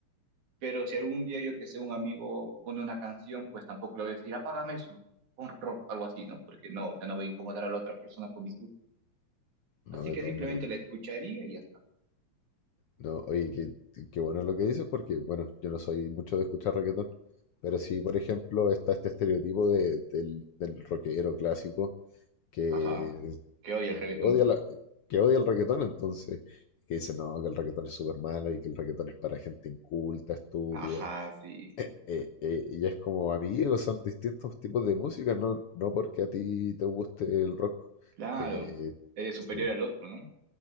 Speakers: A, on the right (about 70°); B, on the left (about 65°).
A: pero si algún día yo que sé, un amigo pone una canción, pues tampoco lo voy a decir, apágame eso. Un rock, algo así, ¿no? Porque no, o sea, no voy a incomodar a la otra persona con mis gustos.
B: No,
A: Así
B: de
A: que
B: todas
A: simplemente
B: maneras.
A: la escucharía y ya está.
B: No, oye, qué, qué bueno lo que dices, porque, bueno, yo no soy mucho de escuchar reggaetón, pero sí, por ejemplo, está este estereotipo de- del, del rockero clásico que,
A: Ajá, que odia
B: que
A: el reggaetón.
B: odia la, que odia el reggaetón, entonces, que dice, no, que el reggaetón es súper malo y que el reggaetón es para gente inculta, estúpida.
A: Ajá, sí, sí.
B: eh, eh, y es como, amigos, son distintos tipos de música, no, no porque a ti te guste el rock.
A: Claro,
B: eh,
A: eres
B: sí.
A: superior al otro, ¿no?